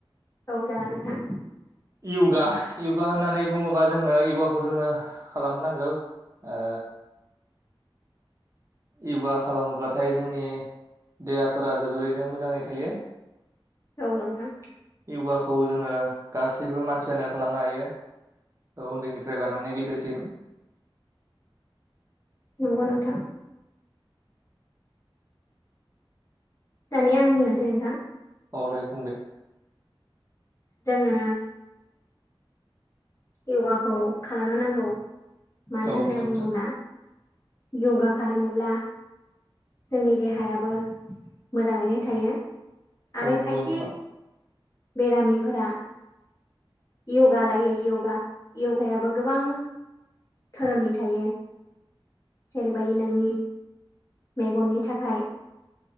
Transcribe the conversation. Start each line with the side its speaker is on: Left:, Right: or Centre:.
Left: औ जागोन नोंथां
Right: यगा योगा होननानै बुङोबा जोङो यगाखौ जोङो खालामनांगौ ओ यगा खालामोब्लाथाय जोंनि देहाफोरा जोबोरैनो मोजाङै थायो
Left: औ नोंथां
Right: यगाखौ जोङो गासैबो मानसियानो खालामनो हायो औ उन्दैनिफ्राय लानानै गिदिरसिम
Left: नंगौ नोंथां दानिया आं बुंनोसै नोंथां
Right: औ दे बुं दे
Left: जोङो यगाखौ खालामनो नांगौ मानो
Right: औ
Left: होनना
Right: नंगौ नोंथां
Left: बुङोब्ला यगा खालामोब्ला जोंनि देहायाबो मोजाङैनो थायो आरो
Right: औ नंगौ
Left: खायसे
Right: नोंथां
Left: बेरामिफोरा य'गा लायो य'गा य'गायाबो गोबां धोरोमनि थायो। जेरैबायदि नोंनि मेगननि थाखाय